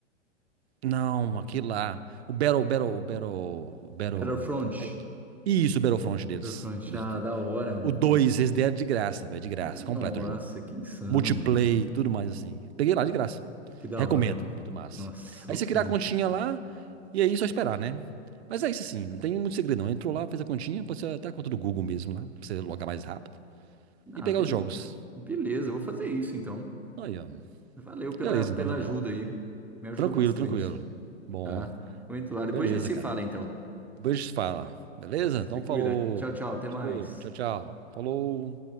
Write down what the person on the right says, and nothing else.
Não, aquilo lá. O Battle, Battle, Battle, Battle.
é- Isso, o Battlefront deles.
Dos-
do-
O 2 eles deram de graça, velho, de graça.
Completo o jogo.
Multiplay,
tudo mais assim. Peguei lá de graça.
Recomendo,
muito massa.
Aí
você criar
a continha lá e aí é só esperar, né? Mas é isso assim, não tem muito segredo não. Entrou lá, fez a continha, pode ser até a conta do Google mesmo lá, pra você logar mais rápido.
E pegar
os jogos.
Aí, ó.
Beleza
então, Daniel.
Tranquilo,
tranquilo. Bom,
beleza,
cara.
Depois a gente fala, beleza?
Então
falou.
Segura. Tchau, tchau. Falou.